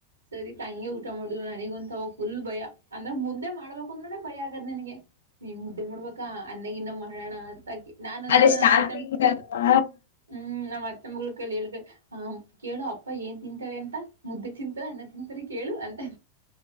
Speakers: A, on the right; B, on the left.
A: ಸರಿ ತಂಗೆ ಊಟ ಮಾಡ ನನಗೊಂತವ ಫುಲ್ ಭಯ ಅಂದ್ರೆ ಮುದ್ದೆ ಮಾಡ್ಬೇಕ ಕುಂದ್ರ ಬಳಿ ಆಗದ ನನ್ಗೆ ಈ ಮುದ್ದೆ ಮಾಡ್ಬೇಕಾ ಅನ್ನಗ ಇನ್ನ ಮಾಡೋಣ ಅಂತಕ ನಾನಂತೂ
B: ಅದೇ ಸ್ಟಾರ್ಟಿಂಗ್
A: ಮತ್ತೆ
B: ಅಲ್ವಾ
A: ಹ್ಮ್ ನಮ್ಮತ್ತ ಹೇಳ ಕೇಳು ಅಪ್ಪ ಏನ್ ತಿಂತಾರೆ ಅಂತ ಮುದ್ದ ತಿಂತರ ಅನ್ನ ತಿಂತರಿ ಕೇಳು ಅ ಅ